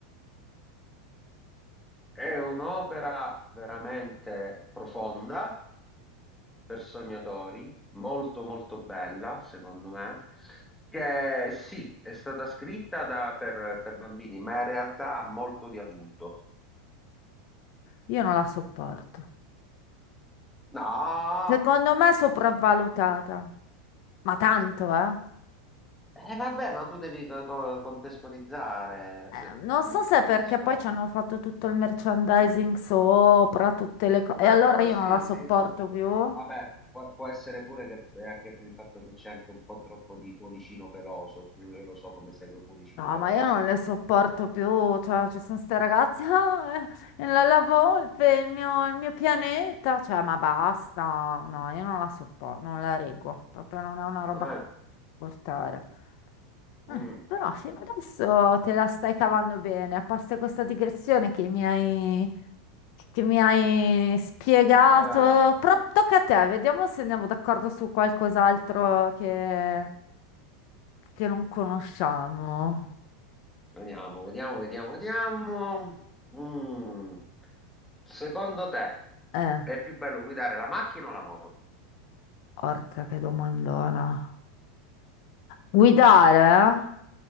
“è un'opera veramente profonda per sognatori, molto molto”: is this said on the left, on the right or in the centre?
Centre